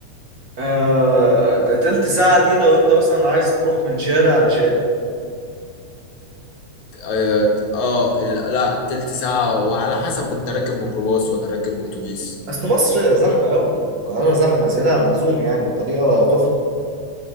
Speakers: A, on the right; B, on the left.
A: آه ده تلت ساعة دي لو أنت مثلا عايز تروح من شارع لشارع
B: آه, آه ال- لا تلت ساعة وعلى حسب أنت راكب ميكروباص ولا راكب أتوبيس
A: أصل مصر زحمة أوي القاهرة زحمة زيادة عن اللزوم يعني بطريقة تخنق